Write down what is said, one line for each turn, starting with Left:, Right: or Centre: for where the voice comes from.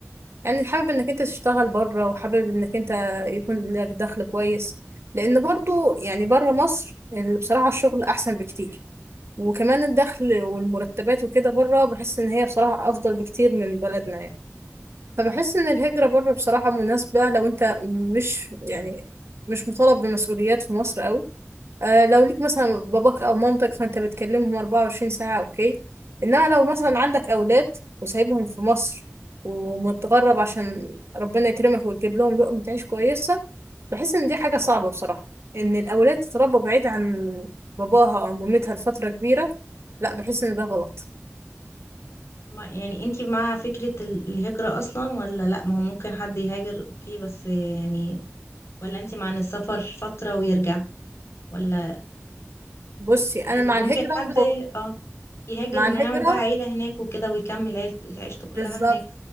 Right: يعني حابب انك انت تشتغل بره وحابب انك انت يكون لك دخل كويس لان برضو يعني بره مصر اللي بصراحه الشغل احسن بكتير وكمان الدخل والمرتبات وكده بره بحس ان هي بصراحه افضل بكتير من بلدنا يعني فبحس ان الهجرة بره بصراحة مناسبة لو انت مش يعني مش مطالب بمسؤوليات في مصر قوي آه لو ليك مثلا باباك او مامتك فانت بتكلمهم 24 ساعة اوكي انما لو مثلا عندك اولاد وسايبهم في مصر ومتغرب عشان ربنا يكرمك ويجيب لهم لقمة عيش كويسة بحس ان دي حاجة صعبة بصراحة ان الاولاد تتربى بعيد عن باباها او مامتها لفترة كبيرة لا بحس ان ده غلط
Left: ما- يعني انت مع فكرة ال- الهجرة أصلا ولا لأ ما هو ممكن حد يهاجر اوكي بس يعني ولا انت مع ان السفر فترة ويرجع ولا
Right: بصي انا
Left: يعني
Right: مع الهجرة
Left: ممكن حد
Right: لو
Left: اه يهاجر
Right: مع
Left: انه
Right: الهجرة
Left: يعمل بقى عيلة هناك وكده ويكمل عيلت- عيشته كلها
Right: بالظبط
Left: هناك